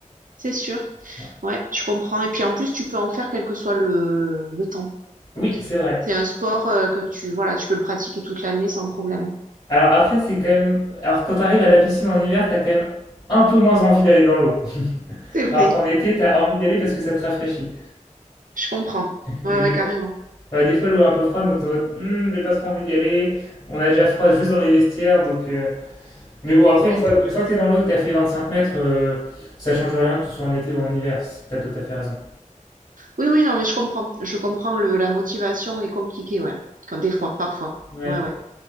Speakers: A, on the right; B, on the left.
A: c'est sûr.
B: Voilà.
A: Ouais, je comprends. Et puis en plus, tu peux en faire quel que soit le, le temps.
B: Oui, c'est vrai.
A: C'est un sport euh, que tu, voilà, tu peux le pratiquer toute l'année sans problème.
B: Alors après, c'est quand même... Alors quand t'arrives à la piscine en hiver, t'as quand même un peu moins envie d'aller dans l'eau. <laughs>
A: C'est vrai,
B: Alors qu'en été, t'as envie d'y aller parce que ça te rafraîchit.
A: je comprends.
B: Mais
A: Ouais,
B: des
A: ouais,
B: fois,
A: carrément.
B: Ouais, des fois, l'eau est un peu froide, donc t'es en mode, Hmm, j'ai pas trop envie d'y aller. On a déjà froid juste dans les vestiaires, donc. euh, Mais bon, après,
A: Ouais.
B: une fois, une fois que t'es dans l'eau et que t'as fait 25 mètres, euh, ça change rien que tu sois en été ou en hiver. c- T'as tout à fait raison.
A: Oui, oui, non, mais je comprends. Je comprends le, la motivation est compliquée, ouais. Quand des fois, parfois.
B: Ouais.
A: Ouais, ouais.